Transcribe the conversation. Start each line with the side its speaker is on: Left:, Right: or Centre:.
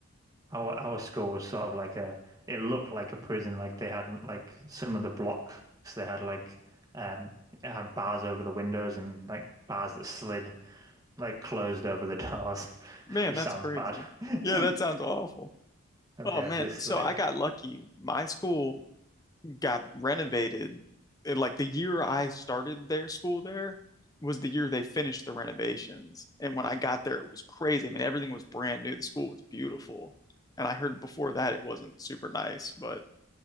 Right: Our our school was sort of like a, it looked like a prison. Like they had like some of the blocks, they had like um it had bars over the windows and like bars that slid like closed over the <laughs> doors,
Left: Man,
Right: which
Left: that's
Right: sounds
Left: crazy.
Right: bad. <laughs>
Left: Yeah, that sounds awful.
Right: Have
Left: Oh
Right: they had
Left: man,
Right: this
Left: so
Right: like
Left: I got lucky. My school got renovated. It- Like the year I started their school there was the year they finished the renovations. And when I got there, it was crazy. I mean, everything was brand new. The school was beautiful. And I heard before that it wasn't super nice, but